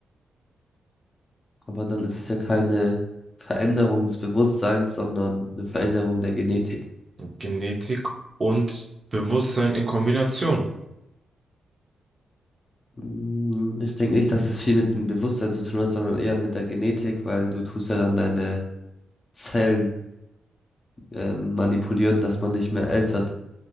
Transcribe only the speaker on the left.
Aber dann ist es ja keine Veränderung des Bewusstseins, sondern eine Veränderung der Genetik.
Mm, Ich denke nicht, dass das viel mit dem Bewusstsein zu tun hat, sondern eher mit der Genetik, weil du tust ja dann deine Zellen ähm, manipulieren, dass man nicht mehr altert.